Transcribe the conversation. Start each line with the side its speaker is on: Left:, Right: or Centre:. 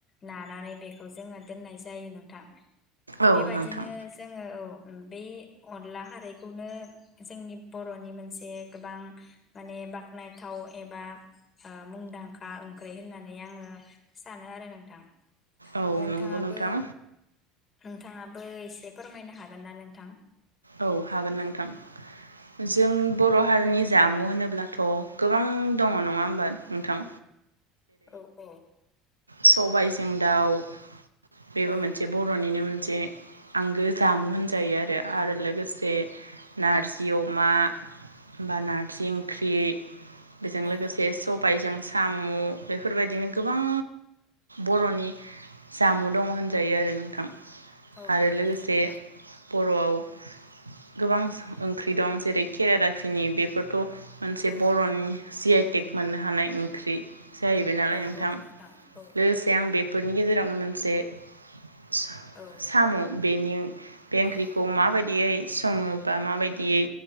Left: नानानै बेखौ जोङो दोननाय जायो नोंथां।
Right: औ
Left: बेबादिनो
Right: नोंथां
Left: जोङो औ बे अनला खारैखौनो जोंनि बर'नि मोनसे गोबां माने बाख्नायथाव एबा मुंदांखा ओंख्रि होननानै आङो सानो आरो नोंथां।
Right: औ
Left: नोंथाङाबो
Right: नंगौ नोंथां
Left: नोंथाङाबो एसे फोरमायनो हागोन ना नोंथां?
Right: औ हागोन नोंथां जों बर' हारिनि जामु होनोब्लाथ' गोबां दङ नङा होमबा नोंथां?
Left: औ औ
Right: सबायज जों दाउ बेबो
Left: औ
Right: मोनसे बर'निनो जे आंगो जामु होनजायो आरो आरो लोगोसे जे नारजि अमा होमबा नारजि ओंख्रि बेजों
Left: औ
Right: लोगोसे सबायजों साम' बेफोरबायदिनो गोबां बर'नि जामु दङ होनजायो आरो नोंथां।
Left: औ
Right: आरो लोगोसे
Left: नंगौ नोंथां
Right: बर'आव। गोबां ओंख्रि दं जेरै केरादाफिनि बेफोर थ' मोनसे
Left: औ
Right: बर'नि जि आइटेक मोननो हानाय ओंख्रि। जाहैबाय नालाय
Left: औ
Right: नोंथां
Left: औ औ
Right: लोगोसे आं बे बेनि गेजेरावनो मोनसे सा
Left: औ
Right: साम बेनि बे
Left: औ
Right: ओंख्रिखौ माबादियै सङोबा माबायदियै